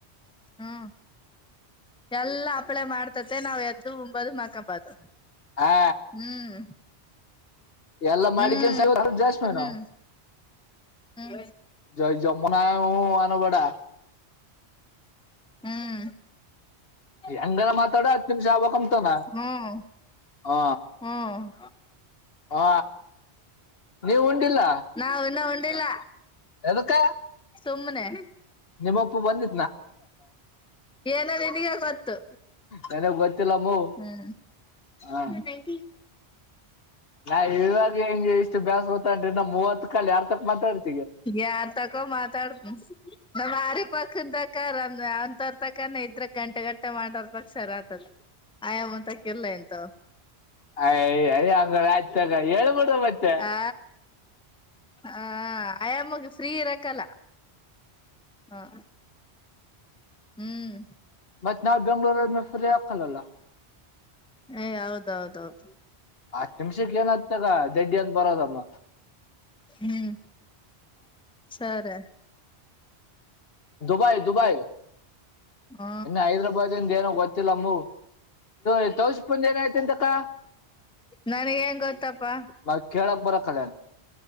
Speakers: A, in the centre; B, on the left.
A: ಹ್ಮ್. ಎಲ್ಲಾ ಹಪ್ಳೆ ಮಾಡ್ತತೆ ನಾವ್ ಎದ್ದು ಉಂಬಂಬೋದು ಮಾಕಂಬದು
B: ಆ
A: ಹ್ಮ್
B: ಎಲ್ಲಾ ಮಾಡ
A: ಹ್ಮ್
B: ಕೆ ಸ ಜಾಸ್ ಮೇನ
A: ಹ್ಮ್ ಹ್ಮ್ ಹ್ಮ್.
B: ಜ ಜ ಮ ನವು ಅನುಬಡಾ
A: ಹ್ಮ್
B: ಹೆಂಗಲ್ಲ ಮಾತಾಡೋ ಅತ್ಯಮ ಶಾಬ ಕಮತನಾ
A: ಹ್ಮ್
B: ಹ
A: ಹ್ಮ್
B: ಹ ನೀವ್ ಉಂಡಿಲ್ಲ
A: ನಾವ ಇನ್ನ ಉಡಿಲ್ಲ
B: ಎದಕ್ಕ
A: ತುಮ್ಮನೆ
B: ನಿಮ್ಮಪ್ಪು ಬಂದಿ
A: ಏನಿನಗ ಗೊತ್ತು
B: ನನಗ್ ಗೊತ್ತಿಲ್ಲಮ್ಮೂ
A: ಹಾ
B: ಹ
A: ನೈಟ
B: ನಾ ಇವಾಗ ಹೆಂಗಗೆ ಇಷ್ಟು ಬೇಸ್ ಗೊತ್ತನ್ರಿ ನಾ ಮೂವತ್ ಕಾಲ ಯಾರ್ ತಕ್ ಮಾತಾಡರಿ
A: ಯಾರ್ ತಕೋ ಮಾತಾಡ್ತ ನಮ್ ಆರಿ ಪಕ್ಕದ ತಕ ರ ಅವ್ ತರ್ ತಕಾನ ಇದ್ರ ಗಂಟೆ ಗಂಟ ಮಟ್ಟೆ ಮಾಡರ್ ತ ಸರ ಆತದ ಆಯಾಮ ಅಂತಕಲ್ಲ ಎಂತ
B: ಅಯ ಅಯ ಹಂಗ ಆ ಹೇಳ್ಬಿಡುವ ಮತ್ತೆ
A: ಆ ಹ ಆಯಾಮೋಗ ಫ್ರೀ ಇರಕಲ್ಲ ಹ ಹ್ಮ್
B: ಮತನಾಾವ ಬೆಂಗಳೂ ಮಫರಖಲಲ್ಲ
A: ಏ ಹೌದೌದೌದು
B: ಆತ್ತು ನಿಮಿಷ ಏನ ಆತ ದೇಡ್ಡಿಯನ್ ಬರದಮ್ಮ
A: ಹ್ಮ್ ಸರಿ
B: ದುಬೈ ದುಬೈ
A: ಹ್ಮ
B: ಇ ಹೈದ್ರಾಬಾದ ದ ಗತ್ತಿಲ್ಲಮ್ಮ ಇ ತೌಸ ಪುಂದ ಏನ ಆಯ್ತಂತಕ್ಕ
A: ನನಗ ಹೆಂಗ ಗೊತ್ತಪ್ಪಾ
B: ಬ ಕೇಳ ಬರ ಕಲ